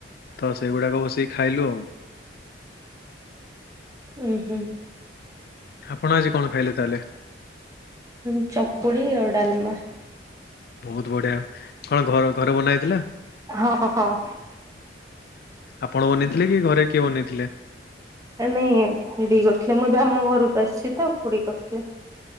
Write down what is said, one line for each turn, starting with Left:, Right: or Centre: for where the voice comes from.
Left: ତ ସେଗୁଡାକ ବସିକି ଖାଇଲୁ ଆଉ।
Right: ଉଁ ହୁଁ।
Left: ଆପଣ ଆଜି କଣ ଖାଇଲେ ତାହେଲେ?
Right: ମୁଁ ଚକୁଳି ଆଉ ଡାଲମା।
Left: ବହୁତ ବଢିଆ କଣ ଘର ଘରେ ବନା ହେଇଥିଲା?
Right: ହଁ ପଖାଳ।
Left: ଆପଣ ବନେଇଥିଲେ କି ଘରେ କିଏ ବନେଇଥିଲେ?
Right: ନାଇଁ ନାଇଁ ଖୁଡି କରିଥିଲେ ମୁଁ ଏବେ ଆମ ଘରକୁ ଆସିଛି ତ ଖୁଡି କରିଥିଲେ।